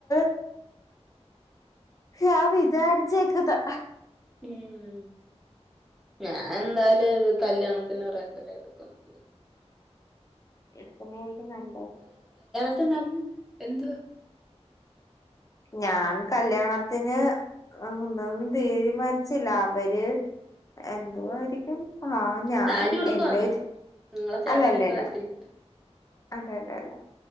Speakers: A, on the left; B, in the centre.
A: <unintelligible> ഞാ വിചാരിച്ചേക്കന്ന
B: ഉം ഞാൻ എന്തായാലും കല്യാണത്തിന് റെന്റിലാ എടുക്കുന്നത്
A: എടുക്കുന്നായിരിക്കും നല്ലത്
B: ഇ നമ് എന്തുവ
A: ഞാൻ കല്യാണ ത്തിന് ഒന്നും തീരുമാനിച്ചില്ല അവര് എന്തുവായിരിക്കും ആഹ് ഞാൻ
B: സാരി ഉടുക്കുവാന്നോ
A: എന്റെര്
B: നിങ്ങളെ ചേട്ടനൊക്കെ
A: അല്ലല്ലല്ല
B: വരത്തില്ലേ
A: അതെ അതെ അതെ